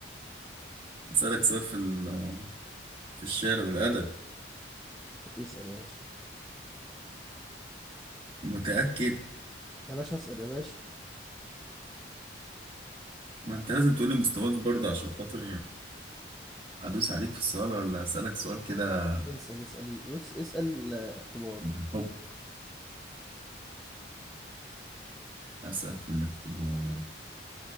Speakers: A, on the right (about 25°); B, in the centre.
A: أسألك سؤال في ال- في الشعر والأدب
B: اسأل يا باشا
A: متأكد
B: يا باشا اسأل يا باشا
A: ما أنت لازم تقولي مستواك برضه عشان خاطر أدوس عليك في السؤال ولا أسألك سؤال كده
B: اسأل اسأل بص اسأل آه، اختبار
A: بالحب أسأل في الاختبار